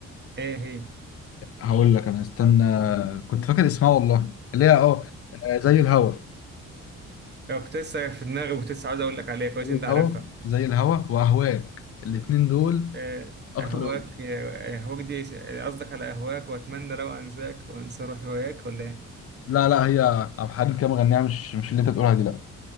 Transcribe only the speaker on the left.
هقول لك انا استنى كنت فاكر اسمها والله اللي هي اه آه، زي الهوا
زي
الهوا
زي الهوا واهواك الاتنين دول
اكتر
أغنية.
لا لا هي عبد الحليم كده مغنيها مش مش اللي انت بتقولها دي لا